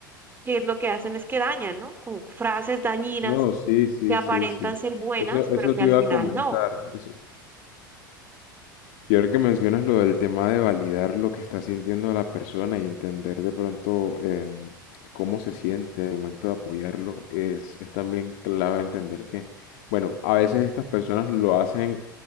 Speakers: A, on the right; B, on the left.
A: que lo que hacen es que dañan, ¿no? Con frases dañinas
B: No, sí, sí,
A: que aparentan
B: sí, sí.
A: ser buenas,
B: Eso,
A: pero
B: eso
A: que
B: te
A: al
B: iba
A: final
B: a comentar.
A: no.
B: Eso, Y ahora que mencionas lo del tema de validar lo que está sintiendo la persona y entender de pronto em, cómo se siente al momento de apoyarlo, es, es también clave entender que, bueno, a veces estas personas lo hacen